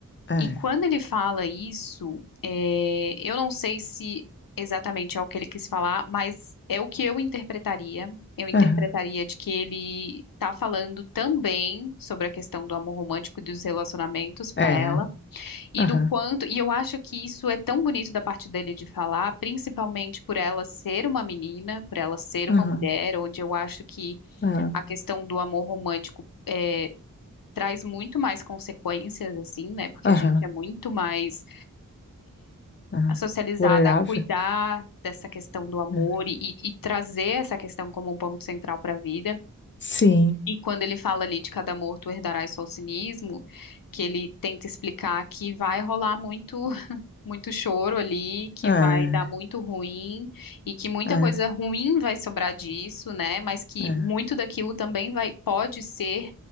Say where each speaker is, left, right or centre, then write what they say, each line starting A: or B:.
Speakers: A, on the left (about 35°); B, on the left (about 80°).
A: É.
B: E quando ele fala isso, é, eu não sei se exatamente é o que ele quis falar, mas é o que eu interpretaria. Eu interpretaria
A: Aham.
B: de que ele está falando também sobre a questão do amor romântico e dos relacionamentos para
A: É.
B: ela, e
A: Aham.
B: do quanto. E eu acho que isso é tão bonito da parte dele de falar, principalmente por ela ser uma menina, por ela ser
A: Aham,
B: uma mulher, onde eu acho que
A: aham,
B: a questão do amor romântico. eh, traz muito mais consequências, assim, né? Porque
A: aham,
B: a gente é muito mais
A: aham.
B: socializada
A: Vulnerável?
B: a cuidar dessa questão do amor
A: né?
B: e, e trazer essa questão como um ponto central para a vida.
A: Sim.
B: E quando ele fala ali de cada amor tu herdarás só o cinismo, que ele tenta explicar que vai rolar muito muito choro ali, que
A: Ah,
B: vai dar muito ruim e que muita
A: ah,
B: coisa ruim vai sobrar disso, né? Mas que
A: ah.
B: muito daquilo também vai pode ser